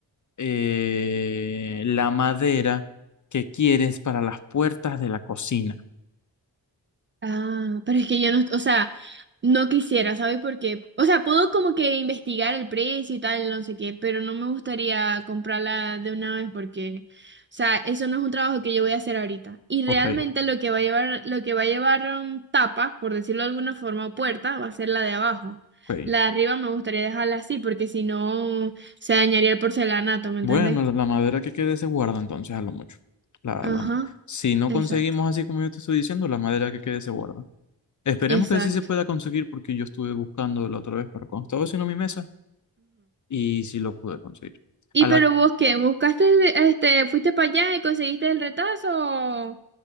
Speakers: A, on the left; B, on the right.
A: eh, la madera que quieres para las puertas de la cocina.
B: Ah, pero es que yo no, o sea. No quisiera, ¿sabes por qué? O sea, puedo como que investigar el precio y tal, no sé qué, pero no me gustaría comprarla de una vez porque, o sea, eso no es un trabajo que yo voy a hacer ahorita. Y
A: Ok,
B: realmente lo que va a llevar, lo que va a llevar um, tapa, por decirlo de alguna forma, o puerta, va a ser la de abajo.
A: ok.
B: La de arriba me gustaría dejarla así porque si no se dañaría el porcelanato, ¿me entendéis?
A: Bueno, la la madera que quede se guarda entonces a lo mucho. La,
B: Ajá,
A: la- si no
B: exacto,
A: conseguimos así como yo te estoy diciendo, la madera que quede se guarda. Esperemos
B: exacto.
A: que sí se pueda conseguir porque yo estuve buscando la otra vez para cuando estaba haciendo mi mesa y sí lo pude conseguir.
B: Y
A: A la,
B: pero vos qué, buscaste, de- este, fuiste para allá y conseguiste el retazo o,